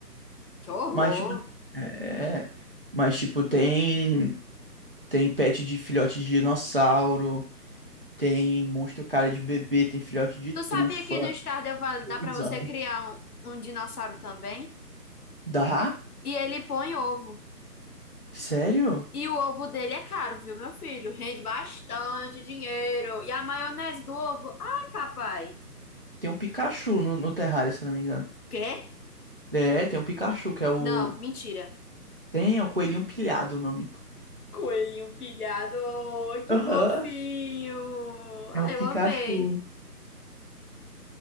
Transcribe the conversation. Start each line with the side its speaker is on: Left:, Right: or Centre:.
Left: Que horror.
Right: Mas, tipo. É. Mas, tipo, tem. Tem pet de filhote de dinossauro. Tem monstro cara de bebê, tem filhote de
Left: Tu
Right: trufa,
Left: sabia que no Stardew Valley dá
Right: lobisomem.
Left: pra você criar um, um dinossauro também?
Right: Dá?
Left: E ele põe ovo.
Right: Sério?
Left: E o ovo dele é caro, viu, meu filho? Rende bastante dinheiro. E a maionese do ovo? Ai, papai.
Right: Tem um Pikachu no, no terrário, se eu não me engano.
Left: Quê?
Right: É, tem um Pikachu, que é o.
Left: Não, mentira.
Right: Tem, é o coelhinho pilhado o nome.
Left: Coelhinho pilhado, oh, que
Right: Aham,
Left: fofinho. Ai,
Right: é um Pikachu.
Left: eu amei.